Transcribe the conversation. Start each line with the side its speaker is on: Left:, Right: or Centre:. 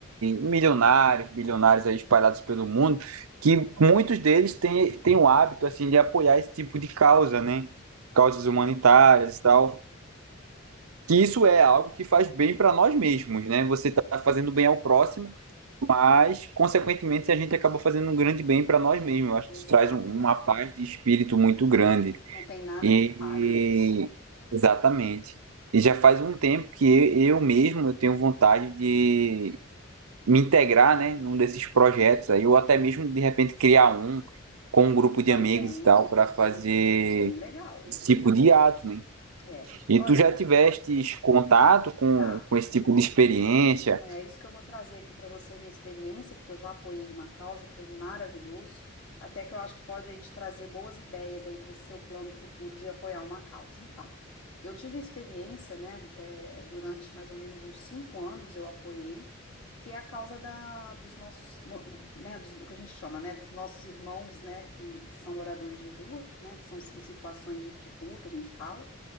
Right: milionários, bilionários aí espalhados pelo mundo, que muitos deles têm, têm o hábito assim de apoiar esse tipo de causa, né? Causas humanitárias e tal. Que isso é algo que faz bem para nós mesmos, né? Você está fazendo
Left: Exato.
Right: bem ao próximo, mas consequentemente a gente acaba fazendo um grande bem para nós mesmos. Eu acho
Left: Exato.
Right: que isso traz um- uma paz de espírito muito grande.
Left: Não tem nada
Right: E
Left: que pague isso.
Right: exatamente. E já faz um tempo que eu, eu mesmo eu tenho vontade de me integrar, né, num desses projetos aí, ou até mesmo de repente criar um com um grupo de
Left: Também,
Right: amigos e tal para fazer
Left: isso é bem legal.
Right: esse tipo de ato, né?
Left: É.
Right: E
Left: Olha,
Right: tu já
Left: eu vou
Right: tiveste contato com,
Left: já.
Right: com esse tipo de experiência?
Left: É isso que eu vou trazer aqui para você, minha experiência, porque eu já apoiei uma causa e foi maravilhoso. Até que eu acho que pode aí te trazer boas ideias aí para esse seu plano futuro de apoiar uma causa. Então, eu tive a experiência, né, é, durante mais ou menos uns cinco anos eu apoiei, que é a causa da, dos nossos, mo- né, dos- do que a gente chama, né, dos nossos irmãos, né, que são moradores de rua, né, que são em situações de de rua que a gente fala.